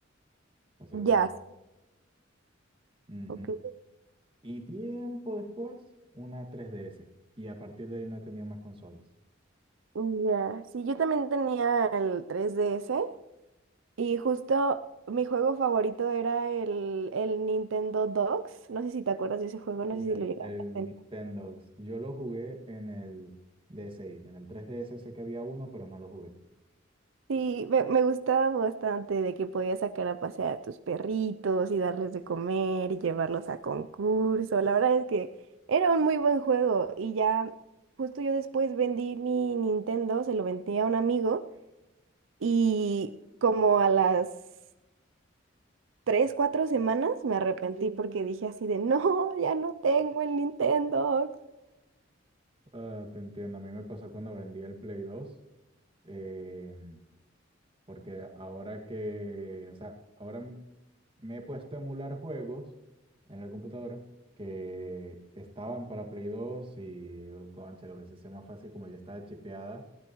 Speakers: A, on the right; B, on the right.
A: Entonces,
B: Ya,
A: bueno.
B: sí,
A: ujú.
B: ok.
A: Y tiempo después, una 3DS. Y a partir de ahí no he tenido más consolas.
B: Ya, sí, yo también tenía el 3DS y justo mi juego favorito era el, el Nintendo Dogs. No sé si te acuerdas de ese juego, no
A: Sí,
B: sé si
A: el,
B: lo llegaste
A: el
B: a tener.
A: Nintendo. Yo lo jugué en el DSi. En el 3DS sé que había uno, pero no lo jugué.
B: Sí, me, me gustaba bastante de que podías sacar a pasear a tus perritos y darles de comer y llevarlos a concurso. La verdad es que era un muy buen juego y ya justo yo después vendí mi Nintendo, se lo vendí a un amigo. Y como a las tres, cuatro semanas me arrepentí porque dije así de, no, ya no tengo el Nintendo.
A: Ah, te entiendo. A mí me pasó cuando vendí el Play dos em, porque ahora que, o sea, ahora m- me he puesto a emular juegos en la computadora que estaban para Play 2 y, oh, concha, lo hubiese sido más fácil como ya estaba chipeada.